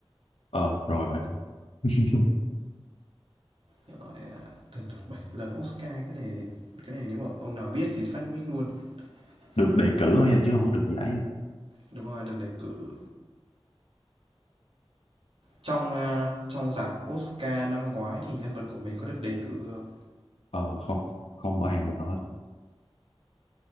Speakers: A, on the left; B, on the right.
A: Ờ, rồi bạn. <laughs>
B: Rồi à, từng được 7 lần Oscar cái này cái này nếu mà ông nào biết thì phát biết luôn.
A: Được
B: Nhưng mà
A: đề cử thôi nha, chứ không có được giải nha.
B: đúng rồi, được đề cử trong ờ, trong giải oscar năm ngoái thì nhân vật của mình có được đề cử không
A: Ờ, không, không ở hạng mục nào hết.